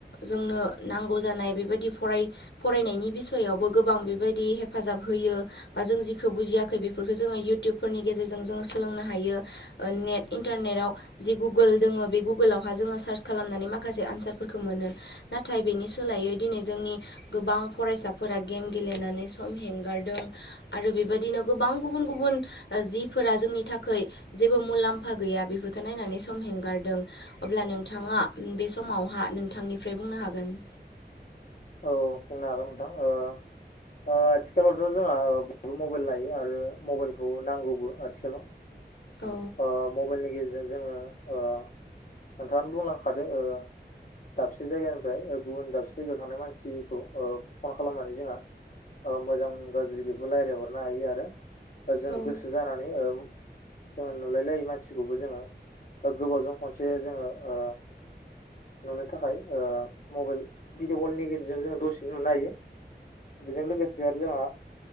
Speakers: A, on the left; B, on the left.
A: जोंनो नांगौ जानाय बेबायदि फराय फरायनायनि बिसयावबो गोबां बेबायदि हेफाजाब हो यो बा जों जिखौ बुजियाखै बेफोरफोरखौ जोंङो इउटुबफोरनि गेजेरजों जोंङो सोलोंनो हायो। नेट इन्टारनेटाव जि गुगोल दोङो बे गुगोलावहा जोङो सार्च खालामनानै माखासे आनसारफोरखौ मोन नो नाथाय बेनि सोलायै दिनै जोंनि गोबां फरायसा फोरा गेम गेलेनानै सम हेंगारदों आरो बेबादिनो गोबां गुबुन गुबुन ओ जिब फोरा जोंनि थाखै बो मुलाम्फा गैया बेफोरखौ नायनानै सम हेंगारदों अब्ला नोंथाङा बे समावहा नों थांनिफ्राय बुंनो हागोन
B: औ बुंनो हागोन नोंथां ओ ओ आथिखालावथ जोंहा बयबो मबाइल लायो आरो मबाइलखौ नांगौबो आथिखालाव
A: औ
B: ओ मबाइलनि गेजेरजों जोंङो ओ नोंथाङानो बुंलांखादों ओ दाबसे जायगानिफ्राय ओ गुबुन दाबसे जायगायाव थांनाय मानसिखौ ओ फन खालामनानै जोंहा ओ मोजां गाज्रि बेखौ रायज्लायहरनो हायो आरो जों
A: औ
B: गोसो जानानै ओ जोंङो नुलायलायै मानसिखौबो जोंङो ओ गोबावजों खनसे जोंङो ओ नुनो थाखाय ओ मबाइल भिडिअ' कलनि गेजेरजों जोंङो दसेनो नुनो हायो बेजों लोगोसे आरो जोंहा